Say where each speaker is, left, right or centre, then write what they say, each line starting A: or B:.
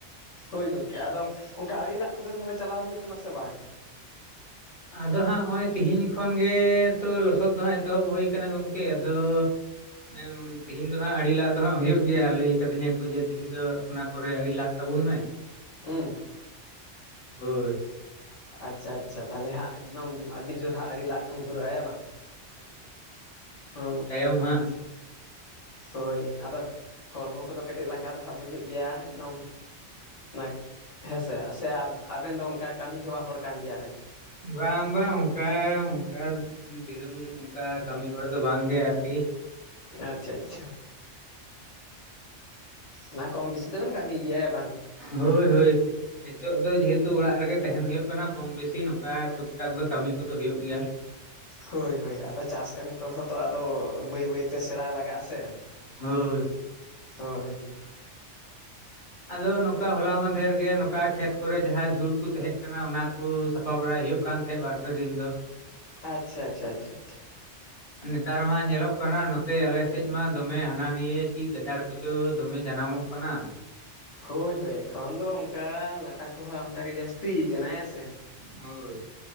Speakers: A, on the left; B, on the left.
A: ᱦᱳᱭ ᱜᱚᱢᱠᱮ ᱟᱫᱚ ᱚᱱᱠᱟ ᱟᱲᱮ ᱞᱟᱜ ᱠᱚᱫᱚ ᱛᱟᱦᱚᱞᱮ ᱪᱟᱞᱟᱣ ᱦᱩᱭᱩᱜ ᱠᱟᱱᱟ ᱥᱮ ᱵᱟᱝ?
B: ᱟᱫᱚ ᱦᱟᱸᱜ ᱱᱚᱜ-ᱚᱭ ᱛᱮᱦᱤᱧ ᱠᱷᱚᱱ ᱜᱮ ᱛᱚ ᱞᱚᱥᱚᱫ ᱫᱚᱦᱟᱸᱜ ᱮᱛᱚᱦᱚᱵ ᱦᱩᱭᱩ ᱠᱟᱱᱟ ᱜᱚᱢᱠᱮ ᱟᱫᱚ ᱮᱢ ᱛᱤᱦᱮᱧ ᱫᱚ ᱦᱟᱸᱜ ᱟ ᱞᱟᱜ ᱫᱚ ᱦᱟᱸᱜ ᱦᱩᱭᱩᱜ ᱜᱮᱭᱟ ᱞᱟᱹᱭ ᱠᱟᱫᱤᱧᱟ ᱠᱚ ᱡᱮ ᱛᱮᱦᱮᱧ ᱫᱚ ᱚᱱᱟ ᱠᱚᱨᱮ ᱟᱲᱮ ᱞᱟᱜ ᱛᱟᱵᱩᱱ ᱢᱮ᱾
A: ᱦᱩᱸ
B: ᱦᱳᱭ
A: ᱟᱪᱪᱷᱟ ᱟᱪᱪᱷᱟ ᱛᱟᱦᱚᱞᱮ ᱦᱟᱸᱜ ᱮᱠᱫᱚᱢ ᱟᱹᱰᱤ ᱡᱳᱨ ᱦᱟᱸᱜ ᱟᱲᱮ ᱞᱟᱜ ᱠᱚᱢ ᱫᱷᱩᱨᱟᱹᱜ ᱦᱮᱸ ᱵᱟᱝ ᱚ
B: ᱟᱢ ᱦᱟᱸᱜ
A: ᱦᱳᱭ ᱟᱫᱚ ᱦᱚᱲᱢᱚ ᱠᱚᱫᱚ ᱠᱟᱹᱴᱤᱡ ᱞᱟᱸᱜᱟ ᱫᱚ ᱦᱟᱸᱜ ᱵᱩᱡᱟᱹᱜ ᱜᱮᱭᱟ ᱮᱠᱫᱚᱢ, ᱚᱱᱟ ᱦᱮᱸᱥᱮ ᱥᱮ ᱟᱵᱮᱱ ᱫᱚ ᱚᱱᱠᱟ ᱠᱟᱹᱢᱤ ᱦᱮᱣᱟ ᱦᱚᱲ ᱠᱟᱱ ᱜᱮᱭᱟᱵᱮᱱ᱾
B: ᱵᱟᱝ ᱵᱟᱝ ᱚᱱᱠᱟ ᱚᱱᱠᱟ ᱫᱤᱱᱟᱹᱢ ᱚᱱᱠᱟ ᱠᱟᱹᱢᱤ ᱦᱚᱲ ᱫᱚ ᱵᱟᱝ ᱜᱮ ᱟᱨᱠᱤ᱾
A: ᱟᱪᱪᱷᱟ ᱟᱪᱪᱷᱟ ᱚᱱᱟ ᱠᱚᱢ ᱵᱤᱥᱤ ᱫᱚ ᱵᱤᱱ ᱠᱟᱹᱢᱤᱭ ᱜᱮᱭᱟ ᱵᱟᱝ᱾
B: ᱦᱳᱭ ᱦᱳᱭ᱾ ᱱᱤᱛᱚᱜ ᱫᱚ ᱡᱮ ᱦᱮᱛᱩ ᱚᱲᱟᱜ ᱨᱮᱜᱮ ᱛᱮᱦᱮᱸᱱ ᱦᱩᱭᱩᱜ ᱠᱟᱱᱟ ᱠᱚᱢ ᱵᱮᱥᱤ ᱱᱚᱠᱟ ᱴᱩᱠ ᱴᱟᱠ ᱫᱚ ᱠᱟᱹᱢᱤ ᱠᱚᱫᱚ ᱦᱩᱭᱩᱜ ᱜᱮᱭᱟ᱾
A: ᱦᱚᱭ ᱦᱚᱭ ᱟᱫᱚ ᱪᱟᱥ ᱠᱟᱹᱢᱤ ᱠᱚ ᱦᱚᱸ ᱼᱼ ᱛᱚ ᱟᱫᱚ ᱵᱟᱹᱭ ᱵᱟᱹᱭ ᱛᱮ ᱥᱮᱬᱟ ᱞᱟᱜᱟᱜ-ᱟ ᱥᱮ,
B: ᱦᱳᱭ
A: ᱦᱚᱭ᱾
B: ᱟᱫᱚ ᱱᱚᱠᱟ ᱦᱚᱞᱟ ᱢᱟᱫᱷᱮᱨ ᱜᱮ ᱱᱚᱠᱟ ᱠᱷᱮᱛ ᱠᱚᱨᱮ ᱡᱟᱦᱟᱸ ᱡᱷᱩᱲ ᱠᱩ ᱛᱮᱦᱮᱸᱜ ᱠᱟᱱᱟ ᱚᱱᱟ ᱠᱩ ᱥᱟᱯᱷᱟ ᱵᱟᱲᱟᱭ ᱦᱩᱭᱩᱜ ᱠᱟᱱ ᱛᱮᱦᱮᱸᱜ ᱵᱟᱨ ᱯᱮ ᱫᱤᱱ ᱫᱚ᱾
A: ᱟᱪᱪᱷᱟ ᱟᱪᱪᱷᱟ ᱪᱷᱟ ᱪᱷᱟ ᱪᱷᱟ᱾
B: ᱱᱮᱛᱟᱨ ᱢᱟ ᱧᱮᱞᱚᱜ ᱠᱟᱱᱟ ᱱᱚᱛᱮ ᱟᱞᱮ ᱥᱮᱡ ᱢᱟ ᱫᱚᱢᱮ ᱦᱟᱱᱟ ᱱᱤᱭᱟᱹ ᱪᱤᱜ ᱜᱟᱡᱟᱲ ᱠᱚᱪᱚ ᱫᱚᱢᱮ ᱡᱟᱱᱟᱢᱚᱜ ᱠᱟᱱᱟ᱾
A: ᱦᱳᱭ ᱦᱳᱭ ᱮᱠᱷᱚᱱ ᱫᱚ ᱚᱝᱠᱟ ᱞᱟᱴᱟ ᱠᱚᱦᱚᱸ ᱟᱢᱫᱟ ᱜᱮ ᱡᱟᱥᱼᱼ ᱛᱤ ᱠᱟᱱᱟ ᱦᱮᱸ ᱥᱮ᱾
B: ᱦᱳᱭ